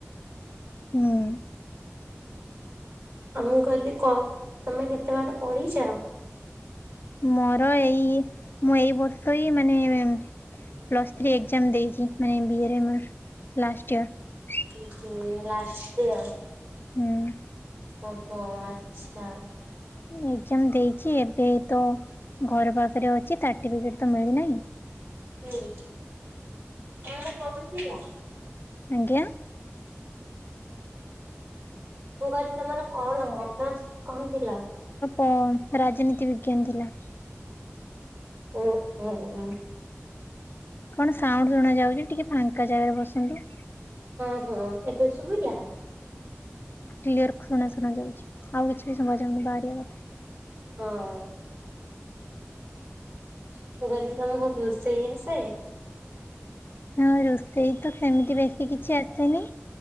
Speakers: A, on the left (about 45°); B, on the right (about 55°).
A: ହୁଁ।
B: ଆଉ ମୁଁ କହିଲି କ ତମେ କେତେ ବାଟ ପଢିଛ?
A: ମୋର ଏଇ-ଇ ମୁଁ ଏଇ ବର୍ଷ ହି ମାନେ-ଏ ପ୍ଲସ୍ ଥ୍ରୀ ଏକ୍ଜାମ ଦେଇଛି। ମାନେ ବି ଏ ରେ ଲାଷ୍ଟ ଇଅର।
B: <unintelligible> ଲାଷ୍ଟଇଅର।
A: ହୁଁ।
B: ଓହୋ! ଆଚ୍ଛା।
A: ହୁଁ ଏକ୍ଜାମ ଦେଇଛି। ଏବେ ତ ଘର ପାଖରେ ଅଛି ସାର୍ଟିଫିକେଟ ତ ମିଳିନାହିଁ।
B: ହେ କଣ କହୁଥିଲା?
A: ଆଜ୍ଞା।
B: ମୁଁ କହିଲି ତମର କଣ ଅନର୍ସ କଣ ଥିଲା?
A: ଓ ରାଜନୀତି ବିଜ୍ଞାନ ଥିଲା।
B: ଓହୋ! ଓ।
A: କଣ ସାଉଣ୍ଡ ଶୁଣାଯାଉଛି ଟିକେ ଫାଙ୍କା ଜାଗାରେ ବସନ୍ତୁ।
B: ହଁ ହଁ ଏବେ ଶୁଭିଲା।
A: କ୍ଲିଅର ଶୁଣା ଶୁଣାଯାଉଛି ଆଉ କିଛି ବି ଶୁଭାଯାଉନି ବାହାରିିବା କଥା।
B: ହଁ। ତ ତମର ଖକୁ ରୋସେଇ ଆସେ।
A: ହଁ ରୋଷେଇ ତ ସେମିତି ବେଶୀ କିଛି ଆସେନି